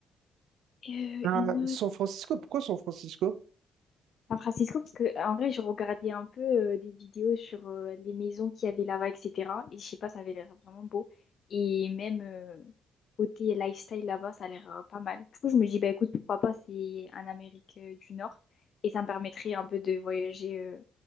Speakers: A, on the left; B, on the right.
A: Et
B: Ah,
A: euh, une
B: San Francisco, pourquoi San Francisco?
A: San Francisco, parce que en vrai, je regardais un peu euh, des vidéos sur euh, les maisons qu'il y avait là-bas, etc. Et je sais pas, ça avait l'air vraiment beau. Et même euh, côté lifestyle là-bas, ça a l'air euh, pas mal. Du coup, je me dis, bah écoute, pourquoi pas, c'est en Amérique euh, du Nord. Et ça me permettrait un peu de voyager euh,